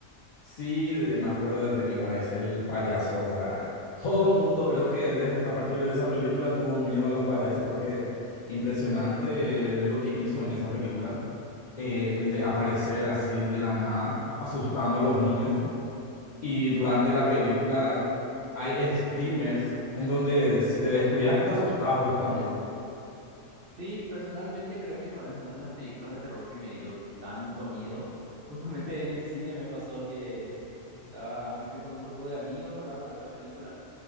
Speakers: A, on the left; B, on the right.
A: Sí, de- me acuerdo de Pennywise, el payaso, o sea, todo mundo creo que desde, a partir de esa película tuvo miedo a los payasos porque impresionante eh, lo que hizo en esa película, eh, el de aparecer así de la nada, asustando a los niños. Y durante la película hay screamers en donde si te descuidas te asustás vos también.
B: Sí, personalmente creo que no es una de las películas de terror que me dio tanto miedo. <laughs> Justamente en el cine me pasó que estaba, me fui con un grupo de amigos, ¿verdad? A ver la película.